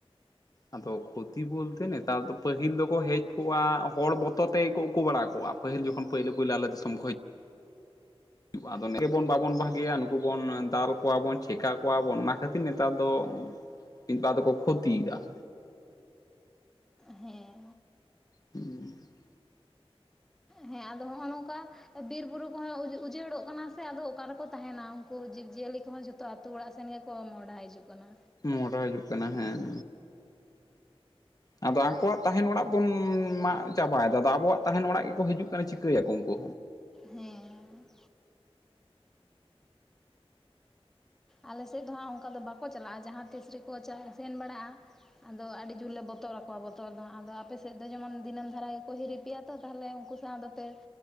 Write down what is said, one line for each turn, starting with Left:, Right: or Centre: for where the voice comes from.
Left: ᱟᱫᱚ ᱠᱷᱚᱛᱤ ᱵᱩᱞᱛᱮ ᱱᱮᱛᱟᱨ ᱫᱚ ᱯᱟᱹᱦᱤᱞ ᱫᱚᱠᱚ ᱦᱮᱡ ᱠᱚᱜ-ᱟ ᱦᱚᱲ ᱵᱚᱛᱚᱨ ᱛᱮᱠᱚ ᱩᱠᱩ ᱵᱟᱲᱟ ᱠᱚᱜ-ᱟ ᱯᱟᱹᱦᱤᱞ ᱡᱚᱠᱷᱚᱱ ᱯᱟᱹᱭᱞᱟᱹ ᱯᱩᱭᱞᱟᱹ ᱟᱞᱮ ᱫᱤᱥᱚᱢ ᱠᱷᱚᱡ ᱟᱫᱚ ᱱᱮ ᱵᱚᱱ ᱵᱟᱵᱚᱱ ᱵᱷᱟᱹᱜᱤᱭᱟ ᱱᱩᱠᱩ ᱵᱚᱱ ᱫᱟᱞ ᱠᱚᱣᱟ ᱵᱚᱱ ᱪᱮᱠᱟ ᱠᱚᱣᱟ ᱵᱚᱱ ᱚᱱᱟ ᱠᱷᱟᱹᱛᱤᱨ ᱱᱮᱛᱟᱨ ᱫᱚ ᱢᱤᱫ ᱵᱟᱨ ᱫᱚᱠᱚ ᱠᱷᱚᱛᱤᱭ ᱮᱫᱟ᱾
Centre: ᱦᱮᱸ᱾
Left: <inaudible>
Centre: ᱦᱮᱸ ᱟᱫᱚ ᱦᱚᱸᱜᱚ ᱱᱚᱝᱠᱟ᱾ ᱮ ᱵᱤᱨ ᱵᱩᱨᱩ ᱠᱚᱦᱚᱸ ᱩᱡ ᱩᱡᱟᱹᱲᱚᱜ ᱠᱟᱱᱟ ᱥᱮ ᱟᱫᱚ ᱚᱠᱟ ᱨᱮᱠᱚ ᱛᱟᱦᱮᱱᱟ ᱩᱱᱠᱩ ᱡᱤᱵᱽᱼᱡᱤᱭᱟᱹᱞᱤ ᱠᱚᱦᱚᱸ ᱡᱚᱛ ᱛᱚ ᱟᱛᱩ ᱚᱲᱟᱜ ᱥᱮᱱ ᱜᱮᱠᱚ ᱢᱚᱦᱰᱟ ᱦᱤᱡᱩᱜ ᱠᱟᱱᱟ᱾
Left: ᱢᱚᱦᱰᱟ ᱦᱤᱡᱩᱜ ᱠᱟᱱᱟ ᱦᱮᱸ᱾ ᱟᱫᱚ ᱟᱠᱚᱣᱟᱜ ᱛᱟᱦᱮᱱ ᱚᱲᱟᱜ ᱵᱚᱱ ᱢᱟᱜ ᱪᱟᱵᱟᱭ ᱫᱟ ᱟᱫᱚ ᱟᱵᱚᱣᱟᱜ ᱛᱟᱦᱮᱱ ᱚᱲᱟᱜ ᱜᱮᱠᱚ ᱦᱤᱡᱩᱜ ᱠᱟᱱᱟ ᱪᱤᱠᱟᱹ ᱭᱟᱠᱚ ᱩᱱᱠᱩ
Centre: ᱦᱮᱸ᱾ ᱟᱞᱮ ᱥᱮᱜ ᱫᱚ ᱦᱟᱸᱜ ᱚᱱᱠᱟ ᱫᱚ ᱵᱟᱠᱚ ᱪᱟᱞᱟᱜ-ᱟ ᱡᱟᱦᱟᱸ ᱛᱤᱥ ᱨᱮᱠᱚ ᱪᱟᱦᱮ ᱥᱮᱱ ᱵᱟᱲᱟᱜ-ᱟ᱾ ᱟᱫᱚ ᱟᱰᱤ ᱡᱳᱨ ᱞᱮ ᱵᱚᱛᱚᱨ ᱟᱠᱚᱣᱟ ᱵᱚᱛᱚᱨ ᱫᱚ ᱦᱟᱸᱜ᱾ ᱟᱫᱚ ᱟᱯᱮ ᱥᱮᱜ ᱫᱚ ᱡᱮᱢᱚᱱ ᱫᱤᱱᱟᱹᱢ ᱫᱷᱟᱨᱟ ᱜᱮᱠᱚ ᱦᱤᱨᱤ ᱯᱮᱭᱟ ᱛᱚ ᱛᱟᱦᱚᱞᱮ ᱩᱱᱠᱩ ᱥᱟᱶ ᱫᱚᱯᱮ